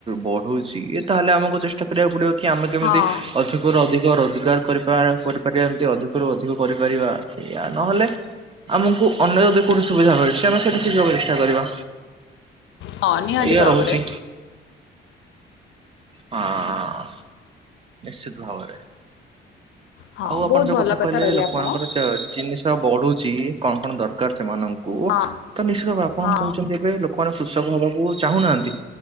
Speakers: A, on the right; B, on the left.
A: ବଢୁଚି ତାହେଲେ ଆମକୁ ଚେଷ୍ଟା କରିବାକୁ ପଡିବ। କି ଆମେ କେମିତି
B: ହଁ
A: ଅଧିକରୁ ଅଧିକ ରୋଜଗାର କରି କରିପାରିବା ଏମିତି ଅଧିକ ଅଧିକରୁ ଅଧିକ କରିପାରିବା ଏୟା ନହେଲେ ଆମକୁ ଅନ୍ୟ ଯଦି କୋଉଠି ସୁବିଧା ମିଳଚି ଆମେ ସେଇଠି ରହିବାକୁ ଚେଷ୍ଟା କରିବା।
B: ହଁ ନିହାତୀ
A: ଏଇଆ
B: ଭାବରେ।
A: ରହୁଛି ହଁ ନିଶ୍ଚିତ ଭାବରେ।
B: ହଁ
A: ଆଉ ଆପଣ
B: ବହୁତ
A: ଯୋଉ କଥା
B: ଭଲ
A: କହିଲେ ଲୋକମାନଙ୍କର
B: ଆପଣ
A: ଜିନିଷ ବଢୁଚି କଣ କଣ ଦରକାର ସେମାନଙ୍କୁ।
B: ହଁ
A: କୁ ତ ନିଶ୍ଚିତ ଭାବରେ ଆପଣ
B: ହଁ
A: କହୁଚନ୍ତି ଏବେ ଲୋ ଲୋକ ମାନେ କୃଷକ ହବାକୁ ଚାହୁଁନାହାନ୍ତି